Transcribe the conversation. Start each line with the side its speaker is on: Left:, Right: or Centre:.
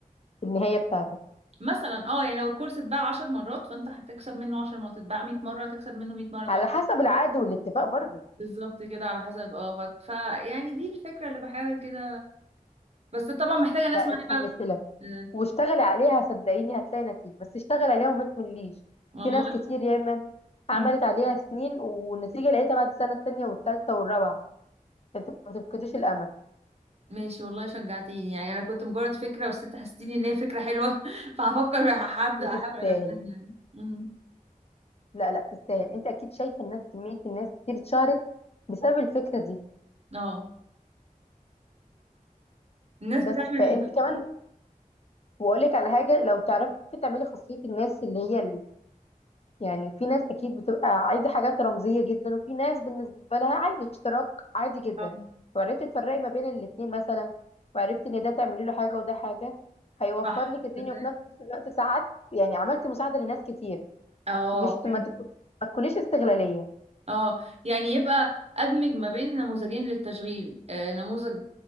Left: النهاية بتاعتك
Right: مثلا اه يعني لو الكورس اتباع 10 مرات فانت هتكسب منه 10 مرات اتباع 100 مره هتكسب منه 100 مره بقى
Left: على حسب العقد والاتفاق برضه
Right: بالظبط كده على حسب اه بت- فيعني دي الفكره اللي بحاول كده بس طبعا محتاجه ناس
Left: لا
Right: معايا
Left: اتحمسي
Right: بقى
Left: لها
Right: بت-
Left: واشتغلي عليها صدقيني هتلاقي نتيجة بس اشتغلي عليها وما تمليش
Right: والله
Left: في ناس كتير يا اما عملت
Right: مم.
Left: عليها سنين والنتيجة لقيتها بعد السنة التانية والتالتة والرابعة فانت ما تفقديش الأمل
Right: ماشي والله شجعتيني يعني انا كنت مجرد فكره بس انت حسيتيني ان هي فكره حلوه <laughs> فهفكر هبدا
Left: وتستاهل
Right: احاول انفذها يعني. امم
Left: لا لا تستاهل انت اكيد شايفة الناس كمية الناس كتير اتشهرت بسبب الفكرة دي
Right: اه الناس بتعمل
Left: بس فانت كمان واقول لك على حاجة لو تعرفي تعملي خاصية الناس اللي هي يعني في ناس اكيد بتبقى عايزه حاجات رمزيه جدا وفي ناس بالنسبه لها عادي اشتراك عادي جدا
Right: آه،
Left: وعرفت تفرقي ما بين الاتنين مثلا وعرفت ان ده تعملي له حاجه وده حاجه هيوفر
Right: صح
Left: لك الدنيا
Right: تصدقي؟
Left: وفي نفس الوقت ساعات يعني عملت مساعده لناس كتير
Right: اه
Left: مش ما
Right: فهمت.
Left: تكون ما تكونيش استغلاليه
Right: اه يعني يبقى ادمج ما بين نموذجين للتشغيل آه، نموذج